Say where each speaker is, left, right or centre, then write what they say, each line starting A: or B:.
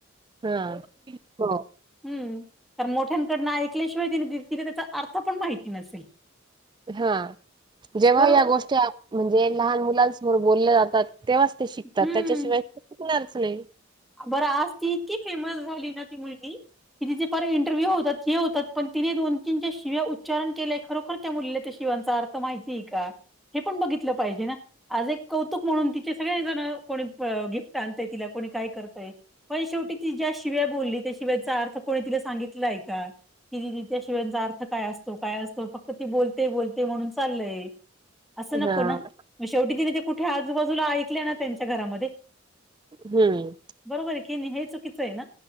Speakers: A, on the right; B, in the centre.
A: हा हो.
B: हम् तर मोठ्यांकडनं ऐकल्याशिवाय तिने तिला त्याचा अर्थ पण माहिती नसेल
A: हा जेव्हा
B: बरोबर
A: या गोष्टी म्हणजे लहान मुलांसमोर बोलले जातात तेव्हाच ते शिकतात
B: हम्म
A: त्याच्याशिवाय शिकणारच नाही.
B: बरं आज ती इतकी फेमस झाली ना ती मुलगी. कि तिचे पार इंटरव्ह्यू होतात हे होतात पण तिने दोन तीनच्या शिव्या उच्चार केलंय खरोखर- त्या मुलीला त्या शिवांचा अर्थ माहितीय का हे पण बघितलं पाहिजे ना. आज एक कौतुक म्हणून तिचे सगळे जण कोणी गिफ्ट आणत तिला को काही- य पण शेवटी ती ज्या शिवाय बोलली त्याशिवायचा अर्थ कोणी तिला सांगितलाय का. किदी त्या शिवायचा अर्थ काय असतो काय असतो फक्त ती बोलते बोलते म्हणून चाललय. असं नको
A: हा
B: ना म शेवटी तिने ते कुठे आजूबाजूला ऐकले ना त्यांच्या घरामध्ये
A: हम्म.
B: बरोबर आहे की नाही हे चुकीचं आहे ना